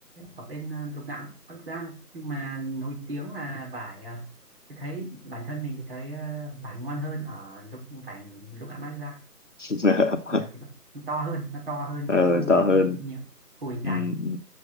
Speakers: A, on the right; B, on the left.
A: ở bên ờ, Lục Ngạn Bắc Giang nhưng mà nổi tiếng là vải ờ, tôi thấy bản thân mình thì thấy ờ, vải ngon hơn ở Lục vải Lục Ngạn Bắc Giang
B: <laughs>
A: bởi vì nó nó to hơn nó to hơn
B: ờ,
A: mà nó ngọt
B: to hơn,
A: hơn nhiều cùi
B: ừ,
A: dày
B: ừ,